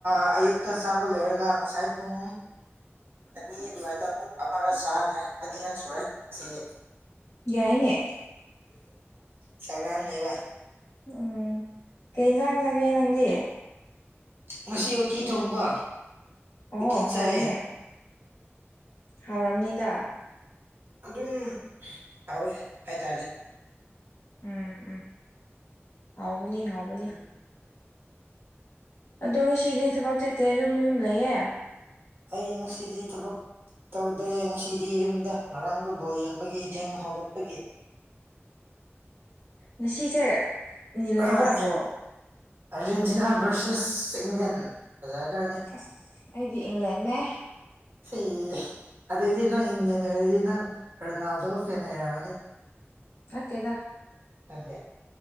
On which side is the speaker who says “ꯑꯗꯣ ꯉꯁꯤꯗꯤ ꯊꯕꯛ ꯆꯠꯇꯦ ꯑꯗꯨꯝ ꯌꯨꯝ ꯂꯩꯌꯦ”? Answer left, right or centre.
Left